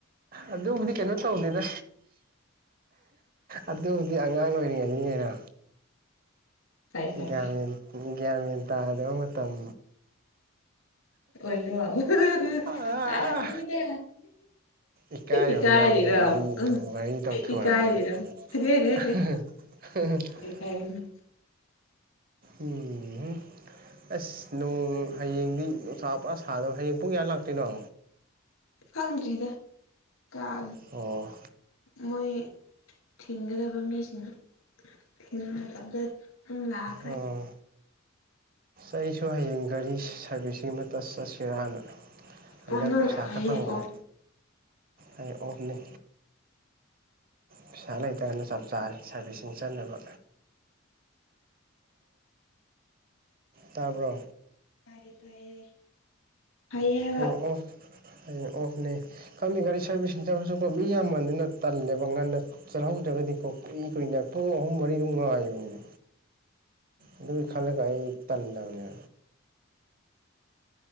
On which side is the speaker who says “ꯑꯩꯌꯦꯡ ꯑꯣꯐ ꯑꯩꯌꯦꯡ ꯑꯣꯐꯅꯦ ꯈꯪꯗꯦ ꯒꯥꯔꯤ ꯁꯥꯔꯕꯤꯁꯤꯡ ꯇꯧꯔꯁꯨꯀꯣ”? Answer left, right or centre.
Right